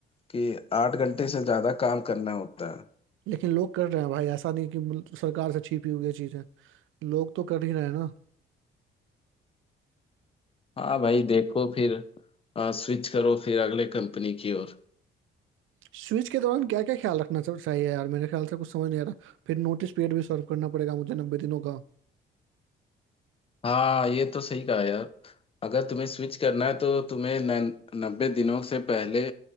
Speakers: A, on the left; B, on the right.
A: कि आठ घंटे से ज्यादा काम करना होता है
B: लेकिन लोग कर रहे हैं भाई ऐसा नहीं कि मुल- सरकार से छिपी हुई ये चीज़ है लोग तो कर ही रहे हैं ना।
A: हाँ भाई देखो फिर स्विच करो फिर अगले कंपनी की ओर
B: स्विच के दौरान क्या क्या ख्याल रखना चा- चाहिए यार मेरे ख्याल से कुछ समझ नहीं आ रहा फिर नोटिस पीरियड भी सर्व करना पड़ेगा मुझे नब्बे दिनों का
A: हाँ ये तो सही कहा यार अगर तुम्हें स्विच करना है तो तुम्हें नन- नब्बे दिनों से पहले